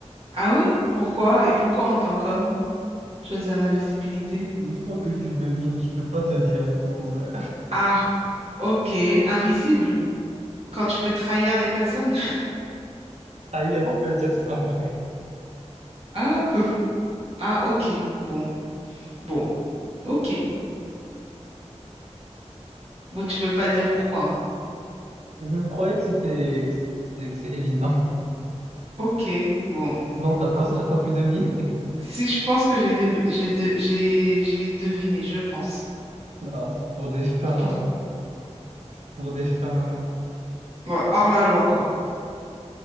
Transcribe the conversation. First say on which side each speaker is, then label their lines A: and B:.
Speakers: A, on the right (about 60°); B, on the right (about 70°).
A: Ah oui, pourquoi? Et pourquoi en tant qu'homme, choisir l'invisibilité?
B: <laughs> Il faut que tu devines, je peux pas te dire tout. euh.
A: Ah, ok, invisible. Quand tu veux trahir des personnes? <laughs>
B: Ailleurs, on peut dire ça, ouais.
A: Ah, peu- ah, ok. Bon, bon, ok. Bon, tu veux pas dire pourquoi, hein.
B: Je croyais que c'était que c'est que c'est évident.
A: Ok, bon.
B: Non, t'as pas,
A: Pour...
B: t'as pas pu deviner. <laughs>
A: Si je pense que j'ai dev- j'ai de- j'ai j'ai deviné, je pense.
B: Non, c'est pour des fins,
A: Bon, Pour...
B: pour des fins.
A: bon, hors la loi, quoi.